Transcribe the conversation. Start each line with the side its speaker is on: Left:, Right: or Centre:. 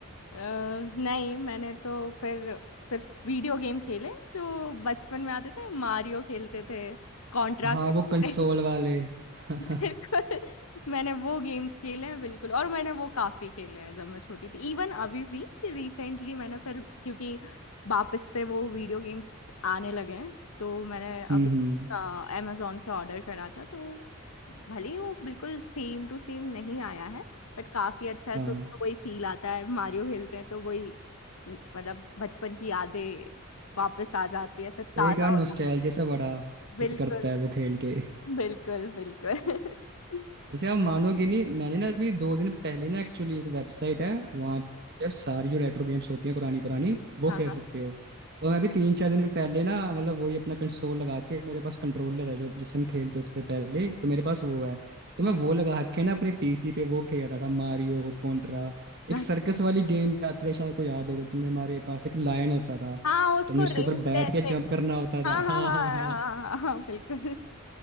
Left: अ, नहीं मैंने तो फिर सिर्फ वीडियो गेम खेले जो बचपन में आते थे मारियो खेलते थे कॉन्ट्रा
Right: हाँ
Left: खेलते
Right: वो कंसोल
Left: थे
Right: वाले <laughs> हम्म
Left: <laughs> बिल्कुल मैंने वो गेम्स खेले हैं बिल्कुल और मैंने वो काफी खेले हैं जब मैं छोटी थी इवन अभी भी रिसेंटली मैंने फिर क्योंकि वापस से वो वीडियो गेम्स आने लगे हैं तो मैंने
Right: हम्म
Left: अभी अमेजोन से ऑर्डर करा था तो भले ही वो बिल्कुल सेम टू सेम नहीं आया है बट काफी अच्छा है
Right: हाँ
Left: तो उसमें वही फील आता है मारियो खेलते हैं तो वही न- मतलब बचपन की यादें वापस आ जाती है ऐसा ताजा
Right: एक यार नोस्टैल्जिया
Left: हो जाती
Right: से बड़ा
Left: है बिल्कुल
Right: हिट करता है वो खेल के
Left: बिल्कुल बिल्कुल <laughs>
Right: जैसे आप मानोगे नहीं मैंने ना अभी दो दिन पहले ना एक्चुअली एक वेबसाइट है वहाँ पे आप सारी जो रेट्रो गेम्स होती हैं पुरानी पुरानी वो
Left: हाँ
Right: खेल
Left: हाँ
Right: सकते हो तो मैं अभी तीन चार दिन पहले ना मतलब वही अपना कंसोल लगा के मेरे पास कंट्रोलर है जो जिससे हम खेलते होते थे पहले तो मेरे पास वो है तो
Left: हम्म
Right: मैं वो लगा के ना अपने पीसी पे वो खेल रहा था मारियो कॉन्ट्रा
Left: अच्छा।
Right: एक सर्कस वाली गेम भी आती है शायद आपको याद होगा जिसमें हमारे पास एक लायन होता था
Left: हाँ उसको
Right: तो हमने उसके
Left: रिंग
Right: ऊपर
Left: से
Right: बैठ
Left: ऐसे
Right: के जंप करना होता
Left: हाँ
Right: था
Left: हाँ
Right: हाँ
Left: हाँ
Right: हाँ हाँ
Left: हाँ हाँ हाँ, बिल्कुल